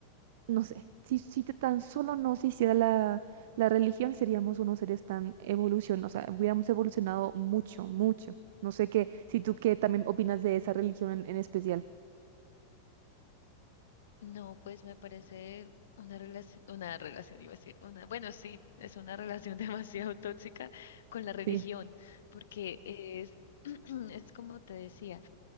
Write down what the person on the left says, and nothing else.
No, pues me parece una relación, una relación, iba a decir, una, bueno, sí, es una relación <laughs> demasiado tóxica con la religión,
porque es, <clears throat> es como te decía,